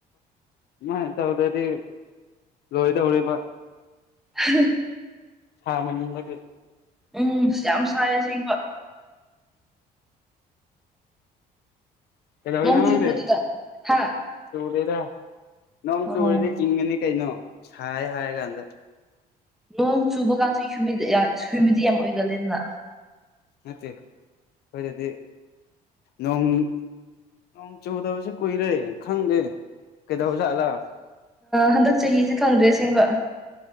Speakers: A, on the left; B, in the centre.
A: ꯁꯨꯃꯥꯏꯅ ꯇꯧꯗꯗꯤ ꯂꯣꯏꯗꯧꯔꯤꯕ
B: ꯍ
A: ꯍ ꯃ ꯂ
B: ꯎꯝ ꯌꯥꯝ ꯁꯥꯏꯌꯦ ꯑꯁꯦꯡꯕ
A: ꯀꯩꯗꯧꯔꯤꯅꯣ
B: ꯅꯣꯡ ꯆꯨꯕ꯭ꯔꯣ
A: ꯅꯪꯗꯤ
B: ꯑꯗꯨꯗ ꯍꯥ
A: ꯆꯨꯗꯦꯗ ꯅꯣꯡ
B: ꯑꯣ
A: ꯆꯨꯔꯤꯗ ꯏꯪꯉꯅꯤ ꯀꯩꯅꯣ ꯁꯥꯏ ꯍꯥꯏꯔ ꯀꯥꯟꯗ
B: ꯅꯣꯡ ꯆꯨꯕ ꯀꯥꯟꯁꯨ ꯍꯨꯃꯤꯗꯤ ꯌꯥꯝ ꯑꯣꯏꯒꯜꯂꯦꯗꯅ
A: ꯅꯠꯇꯦ ꯑꯩꯈꯣꯏꯗꯗꯤ ꯅꯣꯡ ꯅꯣꯡ ꯆꯨꯗꯕꯁꯦ ꯀꯨꯏꯔꯦ ꯈꯪꯗꯦ ꯀꯩꯗꯧꯖꯥꯠꯂꯥ
B: ꯍꯟꯗꯛ ꯆꯍꯤꯁꯦ ꯈꯪꯗ꯭ꯔꯦ ꯑꯁꯦꯡꯕ